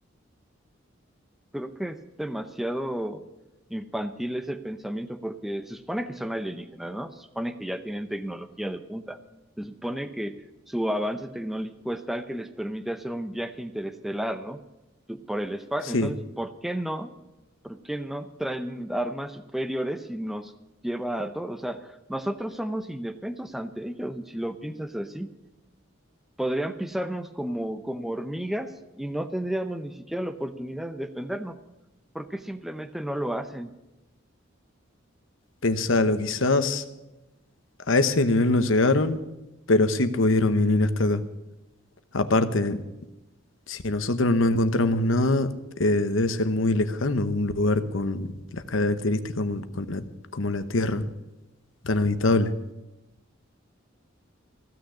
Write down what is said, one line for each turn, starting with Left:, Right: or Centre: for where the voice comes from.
Centre: creo que es demasiado infantil ese pensamiento porque se supone que son alienígenas, ¿no? Se supone que ya tienen tecnología de punta. Se supone que su avance tecnológico es tal que les permite hacer un viaje interestelar, ¿no? Tu- Por el espacio.
Left: Sí,
Centre: Entonces, ¿por qué no? ¿Por qué no traen armas superiores y nos lleva a todos? O sea, nosotros somos indefensos ante ellos, si lo piensas así podrían pisarnos como, como hormigas y no tendríamos ni siquiera la oportunidad de defendernos, porque simplemente no lo hacen.
Left: pensalo, quizás a ese nivel no llegaron, pero sí pudieron venir hasta acá. Aparte, Si nosotros no encontramos nada, eh, debe ser muy lejano un lugar con las características como, con la, como la Tierra, tan habitable.